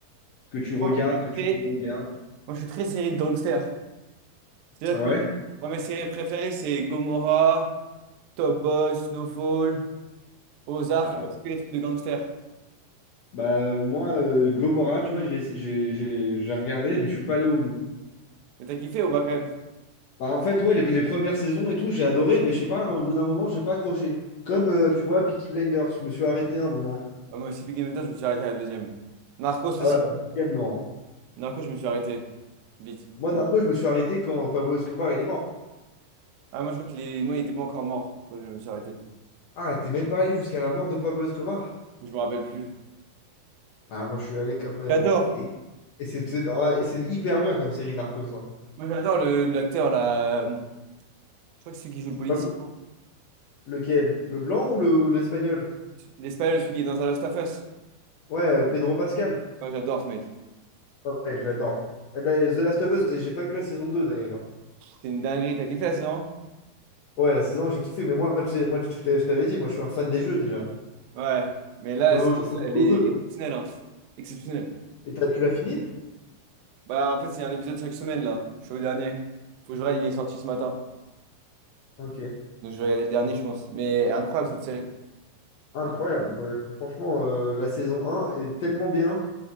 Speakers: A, on the left (about 80°); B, on the right (about 75°).
A: que tu regardes,
B: Moi, je suis
A: que tu
B: très,
A: regardes?
B: moi, je suis très série de gangsters. C'est-à-dire
A: Ah ouais?
B: que moi, mes séries préférées, c'est Gomorrah, Top Boy, Snowfall, Ozark,
A: Bah,
B: tous les trucs de gangsters.
A: bah, moi, euh, Gomorrah, tu vois, j'ai j'ai- j'ai- j'ai regardé, mais je suis pas allé au bout.
B: Mais t'as kiffé ou pas quand même?
A: Bah, en fait, ouais, les, les premières saisons et tout, j'ai adoré, mais je sais pas, hein, au bout d'un moment, j'ai pas accroché. Comme, euh, tu vois, Peaky Blinders, je me suis arrêté un moment.
B: Ah, moi aussi, Peaky Blinders, je me suis arrêté à la deuxième. Narcos
A: Ah
B: aussi.
A: ouais, la deuxième, non. hein.
B: Narcos, je me suis arrêté. Vite.
A: Moi, Narco, je me suis arrêté quand Pablo Escobar, il est mort.
B: Ah, moi, je crois qu'il est... moi, il était pas encore mort quand je me suis arrêté.
A: Ah, t'es même pas allé jusqu'à la mort de Pablo Escobar?
B: Je me rappelle plus.
A: Ah, moi, je suis allé quand même.
B: J'adore.
A: Et, et c'est c'est- ah, et c'est hyper bien comme série, Narcos. hein.
B: Moi, j'adore le, l'acteur, là. euh, Je crois que c'est celui qui joue le policier.
A: Pablo- Lequel? Le blanc ou le- ou l'espagnol?
B: L'Espagnol, celui qui est dans The Last of Us.
A: Ouais, euh, Pedro Pascal.
B: Moi, j'adore ce mec.
A: Ouais, j'adore. Et la- The Last of Us, j'ai pas vu la saison 2 d'ailleurs.
B: C'est une dinguerie. T'as kiffé la saison?
A: Ouais, la saison 1, j'ai kiffé, mais moi, tu sais- moi je t'avais je t'avais dit, moi je suis un fan des jeux déjà.
B: Ouais. Mais là,
A: Faut,
B: la saison,
A: faut
B: elle
A: jouer
B: est
A: au
B: exceptionnelle.
A: jeu.
B: hein. Exceptionnelle.
A: Et t'as- tu l'as fini?
B: Bah, en fait, c'est un épisode chaque semaine, là. Je suis au dernier. Faut que je regarde, il est sorti ce matin.
A: Ok.
B: Donc, je vais regarder le dernier, je pense. Mais incroyable, cette série.
A: Incroyable.
B: Ouais.
A: Moi, franchement, euh, la saison un est tellement bien.